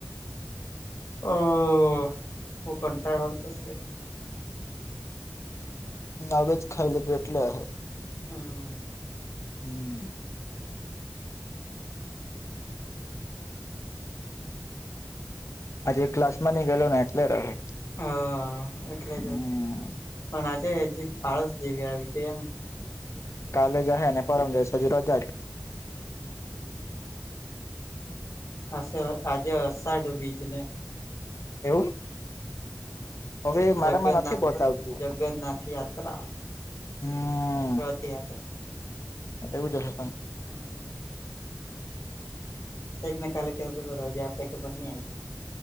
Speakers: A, on the left; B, on the left.
A: આ ઓ કનટાડ આવતો‌ છે.
B: નવે જ ખાય લીધું એટલે અહે.
A: હમ.
B: હમ. હજે ક્લાસ માં ની ગેલો ને એટલે રહે.
A: હ એટલે
B: હમ
A: જ પણ આજે હજી આળસ જેવી આવી કે એમ. હજે નિજ.
B: કાલે જા હે ને પરમ દિવશે પછી રજા જ.
A: હમ છે. હછ આજે અ સાઢ બીજ ને.
B: એવું. હવે
A: હ
B: મારામાં
A: જગનાથ
B: નથી બતાવતું
A: જગન્નાથ યાત્રા.
B: હમ
A: રથયાત્રા
B: એવું જ હશે પણ
A: હમ. પ મે કાલે કેતો રોજા આપ પે પણનીહ હતી.